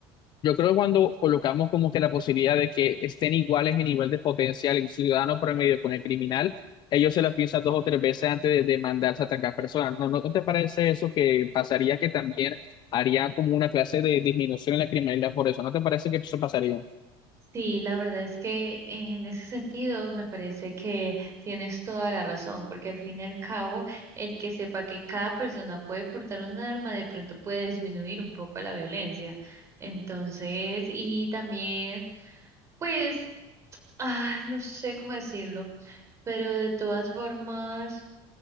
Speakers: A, on the left (about 40°); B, on the right (about 25°).
A: yo creo que cuando colocamos como que la posibilidad de que estén iguales en nivel de potencial el ciudadano promedio con el criminal, ellos se la piensan dos o tres veces antes de, de mandarse a atacar personas. ¿No, no, no te parece eso que pasaría que también haría como una clase de disminución en la criminalidad por eso? ¿No te parece que eso pasaría?
B: Sí, la verdad es que en ese sentido me parece que tienes toda la razón, porque al fin y al cabo, el que sepa que cada persona puede portar un arma de pronto puede disminuir un poco la violencia. Entonces, y también, pues, ah, no sé cómo decirlo, pero de todas formas,